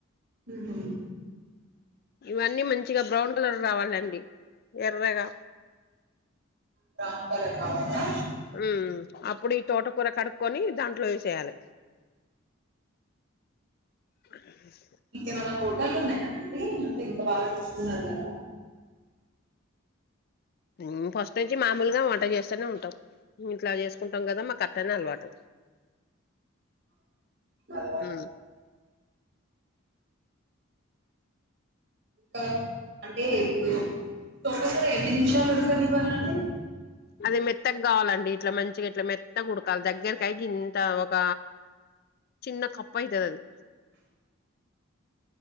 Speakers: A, on the right; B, on the left.
A: ఊహు
B: ఇవన్నీ మంచిగా బ్రౌన్ కలర్ రావాలండి ఎర్రగా
A: బ్రౌన్ కలర్ రావాలా
B: ఉ అప్పుడు ఈ తోటకూర కడుక్కొని దాంట్లో వే చేఎలి <unintelligible>
A: ఇక మనము కళ్ళు ఉన్నాయా అండి మీరు బాగా చేస్తున్నారు కదా
B: ఇం ఫస్ట్ నుంచి మామూలుగా వంట చేస్తూనే ఉంటాం ఇంట్లో చేసుకుంటాం కదా మాకు అట్టనే అలవాటు
A: మీకు అలవాటు.
B: ఊ
A: ఇంకా అంటే ఇప్పుడు తోటలో ఎన్ని నిమిషాలు ఉడకనివ్వాలండి
B: అది మెత్తకు కావాలండి ఇట్లా మంచిగా ఇట్లా మెత్తగా ఉడకాలి దగ్గరకైకి ఇంత ఒక చిన్న కప్పు అయితది ఆది